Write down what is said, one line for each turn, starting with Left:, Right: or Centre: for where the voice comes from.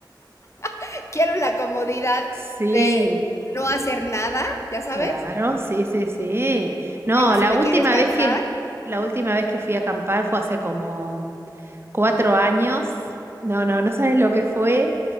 Left: <laughs> Quiero la comodidad
Right: Sí,
Left: de no hacer nada, ¿ya sabes?
Right: claro, sí, sí, sí. No,
Left: Digo, si
Right: la
Left: me
Right: última
Left: quieres cansar,
Right: vez que, la última vez que fui a acampar fue hace como mm, cuatro años. No, no, no sabes lo que fue.